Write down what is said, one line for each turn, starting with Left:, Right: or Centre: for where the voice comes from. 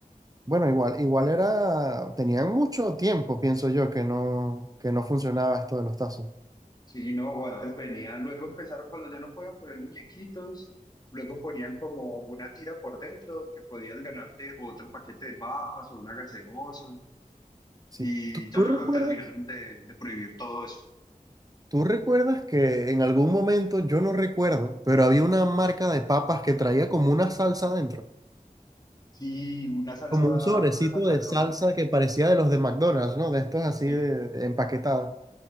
Right: Bueno, igual, igual era, tenían mucho tiempo, pienso yo, que no, que no funcionaba esto de los tazos.
Left: Sí, no, o antes venían, luego empezaron cuando ya no podían poner muñequitos, luego ponían como una tira por dentro que podías ganarte otro paquete de papas o una gaseosa,
Right: Sí.
Left: y
Right: ¿Tú,
Left: ya
Right: tú
Left: luego
Right: recuerdas?
Left: terminaron de, de prohibir todo eso.
Right: ¿Tú recuerdas que en algún momento, yo no recuerdo, pero había una marca de papas que traía como una salsa dentro?
Left: Sí, una salsa,
Right: Como un sobrecito
Left: una salsa
Right: de
Left: de
Right: salsa
Left: tomate.
Right: que parecía de los de McDonald's, ¿no? De estos así
Left: Y
Right: de empaquetados.